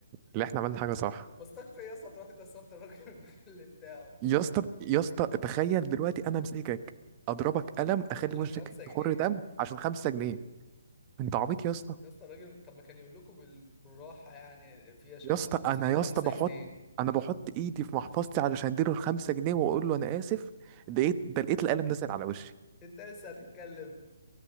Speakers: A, on the right; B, on the left.
A: اللي احنا عملنا حاجة صح
B: بستغفر ايه يا اسطى طلعت كسرت الراجل <laughs> المحل بتاعه
A: يا اسطى يا اسطى تخيل دلوقتي انا امسكك اضربك قلم اخلي
B: عشان
A: وشك
B: خمسة جنيه
A: يخر دم عشان خمسة جنيه انت عبيط يا اسطى
B: يا اسطى الراجل طب ما كان يقول لكم بال... بالراحة يعني في يا شباب
A: يا اسطى
B: انتوا نسيتوا
A: انا يا
B: خمسة
A: اسطى بحط
B: جنيه
A: انا بحط ايدي في محفظتي علشان اديله الخمسة جنيه واقول له انا اسف لقيت ده لقيت القلم نزل على وشي
B: انت لسه هتتكلم